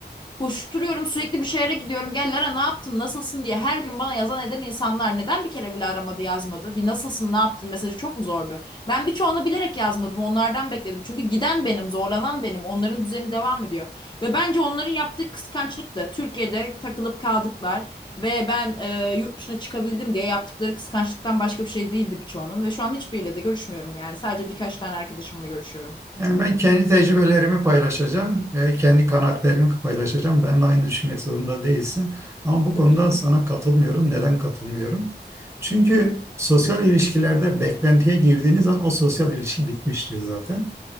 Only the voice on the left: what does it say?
Koşturuyorum sürekli bir şehre gidiyorum. Gel Lara ne yaptın nasılsın diye her gün bana yazan eden insanlar neden bir kere bile aramadı yazmadı? Bir nasılsın ne yaptın mesajı çok mu zordu? Ben birçoğunu bilerek yazmadım onlardan bekledim. Çünkü giden benim zorlanan benim onların düzeni devam ediyor. Ve bence onların yaptığı kıskançlık da Türkiye'de takılıp kaldıklar ve ben e, yurt dışına çıkabildim diye yaptıkları kıskançlıktan başka bir şey değildi birçoğunun. Ve şu an hiçbiriyle de görüşmüyorum yani sadece birkaç tane arkadaşımla görüşüyorum.
Tabii canım.